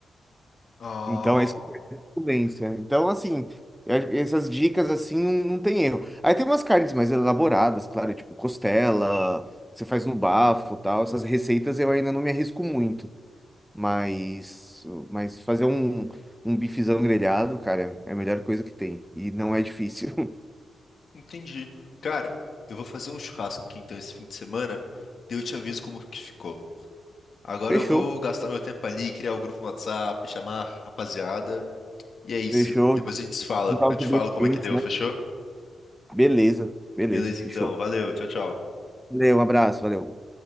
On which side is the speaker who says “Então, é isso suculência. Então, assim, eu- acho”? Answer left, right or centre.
Centre